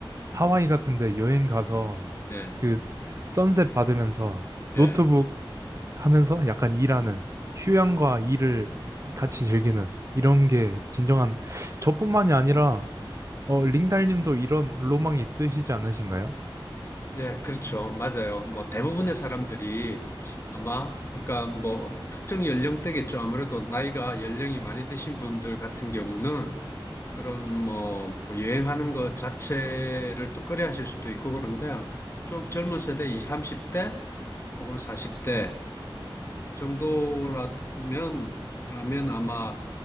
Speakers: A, on the right; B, on the left.
A: 하와이 같은데 여행 가서
B: 예.
A: 그 선셋 받으면서
B: 예.
A: 노트북 하면서 약간 일하는 휴양과 일을 같이 즐기는 이런 게 진정한 저뿐만이 아니라 어, 링달님도 이런 로망이 있으시지 않으신가요?
B: 예, 그렇죠. 맞아요. 뭐 대부분의 사람들이 아마 그러니까 뭐 특정 연령대겠죠. 아무래도 나이가 연령이 많이 드신 분들 같은 경우는 그런 뭐뭐 여행하는 것 자체를 또 꺼려 하실 수도 있고 그런데 좀 젊은 세대 20, 30대 혹은 40대 정도라면 라면 아마